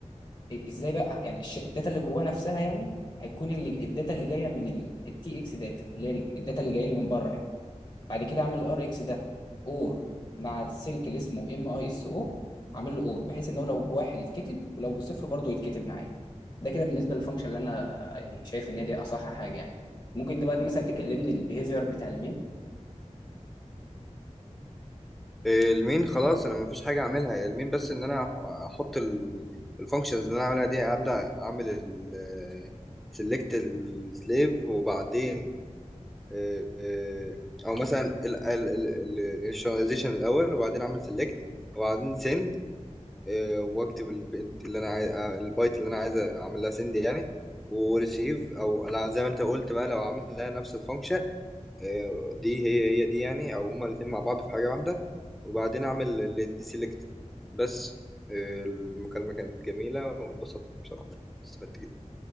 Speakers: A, on the left (about 35°); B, in the centre.
A: إ- ازاي بقى يعني الش- الداتا اللي جواه نفسها يعني هيكون اللي الداتا اللي جايه من التي اكس داتا اللي هي الداتا اللي جايه لي من بره يعني بعد كده اعمل الار اكس ده اور مع السلك اللي اسمه ام اي اس او هعمل له اور بحيث ان هو لو بواحد يتكتب ولو بصفر برضه يتكتب معايا ده كده بالنسبه للفانكشن اللي انا يعني شايف ان هي دي اصح حاجه يعني ممكن انت بقى مثلا تكلمني البيهيفير بتاع المين
B: المين خلاص انا مفيش حاجة اعملها هي المين بس ان انا احط الفانكشنز اللي انا اعملها دي ابدأ اعمل ال سيلكت السليف وبعدين آه، آه، او مثلا الانيشاليزيشن الاول وبعدين اعمل سيلكت وبعدين send آه، واكتب البنت اللي انا عايز آه، البايت اللي انا عايز اعمل لها سند يعني وريسيف او لا زي ما انت قلت بقى لو عامل لها نفس الفانكشن آه، دي هي هي دي يعني او هما الاثنين مع بعض في حاجه واحده وبعدين اعمل الدي سيلكت بس آه، المكالمه كانت جميله واتبسطت بصراحه استفدت جدا